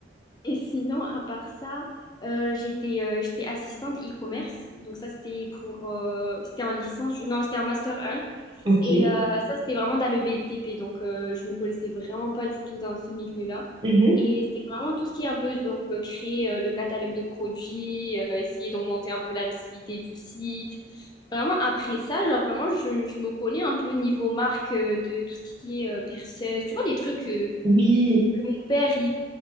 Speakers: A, on the left; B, on the right.
A: Et sinon, à part ça, euh, j'étais euh, j'étais assistante e-commerce. Donc, ça, c'était pour... euh, C'était en licence. je- Non, c'était en master un.
B: Ok.
A: Et euh, ça, c'était vraiment dans le BTP. Donc, euh, je me connaissais vraiment pas du tout dans ce milieu-là.
B: Mhm.
A: Et c'est vraiment tout ce qui est un peu, donc, euh, créer euh, le catalogue de produits, euh, essayer d'augmenter un peu la visibilité du site. Vraiment, après ça, genre, vraiment, je, je me connais un peu niveau marque euh, de tout ce qui est euh, perceuse. Tu vois, des trucs que
B: Oui.
A: mon père, il,